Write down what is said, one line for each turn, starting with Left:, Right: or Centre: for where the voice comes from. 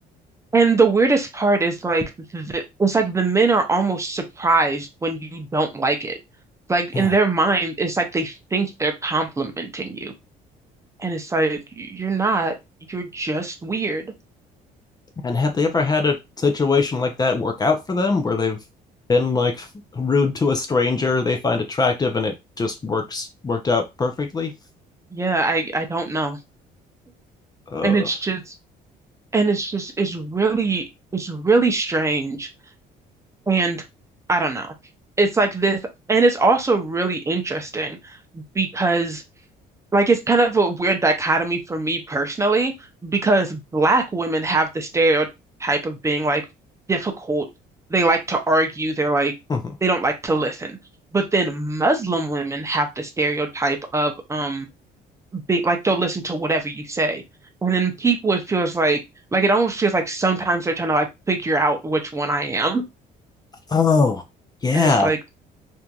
Right: And the weirdest part is like the, it's like the men are almost surprised when you don't like it. Like in
Left: Yeah,
Right: their mind, it's like they think they're complimenting you. And it's like you're not, you're just weird.
Left: And have they ever had a situation like that work out for them where they've been like rude to a stranger they find attractive and it just works worked out perfectly?
Right: Yeah, I I don't know.
Left: Uh,
Right: And it's just and it's just it's really it's really strange. And I don't know. It's like this and it's also really interesting because Like it's kind of a weird dichotomy for me personally because black women have the stereotype of being like difficult. They like to argue, they're like
Left: <laughs>
Right: they don't like to listen. But then Muslim women have the stereotype of um being like they'll listen to whatever you say. And then people it feels like like it almost feels like sometimes they're trying to like figure out which one I am.
Left: oh, yeah.
Right: And it's like,